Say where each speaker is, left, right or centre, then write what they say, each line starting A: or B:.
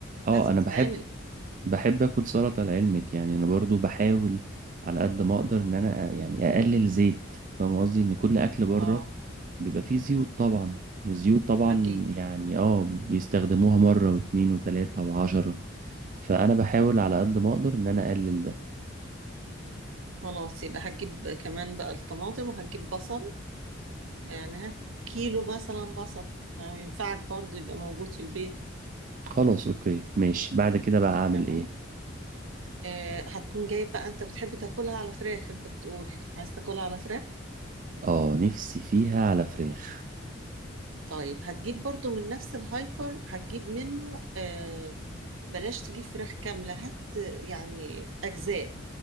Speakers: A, on the right; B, on the right.
A: اه
B: لازم
A: انا
B: تتعمل
A: بحب بحب اكل سلطة لعلمك يعني انا برضو بحاول على قد ما اقدر ان انا آه، يعني اقلل زيت فاهم قصدي ان كل اكل بره
B: اه
A: بيبقى فيه زيوت طبعا والزيوت طبعا
B: اكيد
A: يعني اه بيستخدموها مرة واتنين وتلاتة وعشرة فأنا بحاول على قد ما أقدر إن أنا أقلل ده
B: خلاص يبقى هتجيب كمان بقى الطماطم وهتجيب بصل يعني هات كيلو مثلا بصل آه، ينفعك برضو يبقى موجود في البيت
A: خلاص أوكي ماشي بعد كده بقى أعمل
B: تمام
A: إيه
B: آه هتكون جايب بقى انت بتحب تاكلها على فراخ انت بتقول عايز تاكلها على فراخ
A: اه نفسي فيها على فراخ
B: طيب هتجيب برضو من نفس الهايبر هتجيب منه آه بلاش تجيب فراخ كاملة هات يعني أجزاء